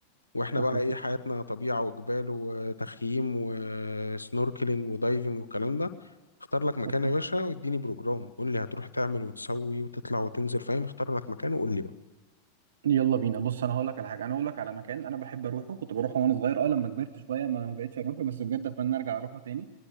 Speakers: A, on the left (about 85°); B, on the right (about 60°).
A: واحنا
B: اوكي
A: بقى ايه حياتنا طبيعه وجبال وتخييم وسنوركلينج ودايفنج والكلام ده اختار لك مكان
B: اوكي
A: يا باشا واديني بروجرام قول لي هتروح تعمل وتسوي وتطلع وتنزل فاهم اختار لك مكان وقول لي بقى
B: يلا بينا بص انا هقول لك على حاجه انا هقول لك على مكان انا بحب اروحه كنت بروحه وانا صغير اه لما كبرت شويه ما بقتش اروحه بس بجد اتمنى ارجع اروحه تاني